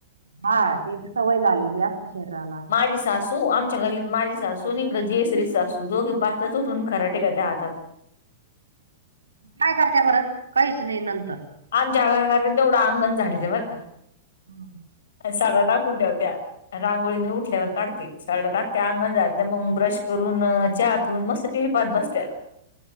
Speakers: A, on the right; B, on the left.
A: हा ती एक सवय झालेली असते शरीराला
B: माझी सासू आमच्या गल्लीत माझी सासू नी इकडं जयश्री सासू दोघे पहाटेच उठून खराटे घेतात हातात
A: काय कर त्या बरं? काहीच नाही नंतर
B: आमच्या घरातल तेवढं अंगण झाडीते बर का?
A: <inaudible>
B: पण सांगणार कुठ त्या? रांगोळी मी उठल्यावर काढते. सडा टाकते, आंगण झाडते, मग ब्रश करून च्या
A: का
B: पीवून मस्त टीवी पाहत बसत्या